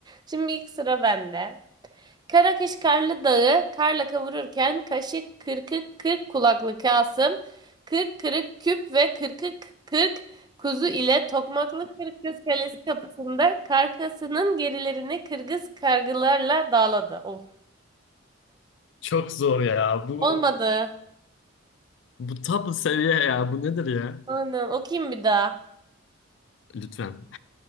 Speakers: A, on the right (about 20°); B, on the left (about 60°).
A: Şimdi ilk sıra bende. Karakış Karlı Dağı karla kavururken kaşık kırkık kırk kulaklı Kasım, kırk kırık küp ve kırkık kırk kuzu ile Tokmaklı Kırkız Kalesi kapısında karkasının gerilerini kırgız kargılarla dağladı. Of.
B: Çok zor ya. Bu
A: Olmadı.
B: bu top seviye ya. Bu nedir ya?
A: Aynen. Okuyayım bir daha.
B: Lütfen.